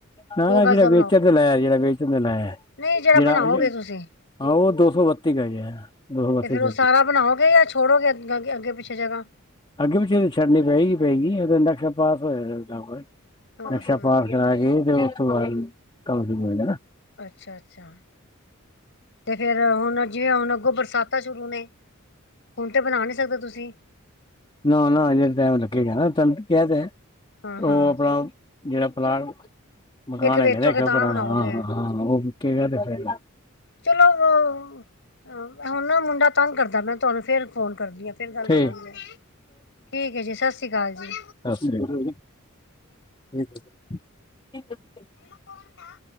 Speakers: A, on the left; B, on the left.
A: ਸੌ
B: ਨਾ-ਨਾ ਜੇਹੜਾ
A: ਗਜ ਦਾ ਬਣਾਓਗੇ
B: ਵੇਚਣ ਤੇ ਲਾਇਆ, ਜੇਹੜਾ ਵੇਚਣ ਤੇ ਲਾਇਆ
A: ਨਹੀਂ ਜਿਹੜਾ
B: ਜੇਹੜਾ
A: ਬਣਾਓਗੇ ਤੁਸੀਂ
B: ਆਹੋ ਉਹ ਦੋ ਸੌ ਬੱਤੀ ਗਜ, ਦੋ ਸੌ ਬੱਤੀ
A: ਤੇ ਫੇਰ ਉਹ
B: ਗਜ
A: ਸਾਰਾ ਬਣਾਓਗੇ ਅੱਜ ਛੋੜੋਗੇ ਅ ਅੱਗੇ ਪਿੱਛੇ ਜਗਾ
B: ਅੱਗੇ ਪਿੱਛੇ ਛੱਡਨੀ ਪਏਗੀ, ਪਏਗੀ ਇਹ ਇੰਡਕਸ਼ਨ ਪਾਸ ਹੋਏਗਾ <unintelligible>
A: ਹਾਂ
B: ਨਕਸ਼ਾ
A: ਹਾਂ
B: ਪਾਸ ਕਰਾ ਕੇ ਤੇ ਉਸ ਤੋਂ ਬਾਅਦ ਕੰਮ ਸ਼ੁਰੂ ਹੋਏਗਾ
A: ਅੱਛਾ-ਅੱਛਾ 'ਤੇ ਫਿਰ ਹੁਣ ਜਿਵੇਂ ਹੁਣ ਅੱਗੋਂ ਬਰਸਾਤਾ ਸ਼ੁਰੂ ਨੇ, ਹੁਣ ਤੇ ਬਣਾ ਨੀ ਸਕਦੇ ਤੁਸੀਂ
B: ਨਾ-ਨਾ ਅਜੇ ਟੈਮ ਲੱਗੇਗਾ ਨਾ ਤੁਹਾਨੂੰ ਕਿਹਾ ਤੇ ਹੈ,
A: ਹਾਂ ਹਾਂ
B: ਉਹ ਆਪਣਾ ਜਿਹੜਾ ਪਲਾਟ, ਮਕਾਨ
A: ਇੱਕ
B: ਹੈਗਾ
A: ਵੇਚੋਗੇ
B: ਇੰਨਾ
A: ਤਾਂ
B: ਪੁਰਾਣਾ
A: ਬਣਾਓਗੇ
B: ਹ ਹ ਉਹ ਵਿਕੇਗਾ ਤੇ ਫਿਰ'
A: ਚਲੋ ਹੁ ਹਨਾ ਮੁੰਡਾ ਤੰਗ ਕਰਦਾ ਪਿਆ ਮੈਂ ਤੁਹਾਨੂੰ ਫੇਰ ਫੋਨ ਕਰਦੀ ਹਾਂ ਫੇਰ ਗੱਲ
B: ਠੀਕ
A: ਕਰਾਂਗੇ, ਠੀਕ ਹੈ ਜੀ, ਸਸ੍ਰੀ ਅਕਾਲ ਜੀ।
B: ਸਸ੍ਰੀ ਅਕਾਲ ਜੀ। ਵਿਧ ਫਿਰ
A: ਮੰਮਾ ਕੌਣ ਥਾ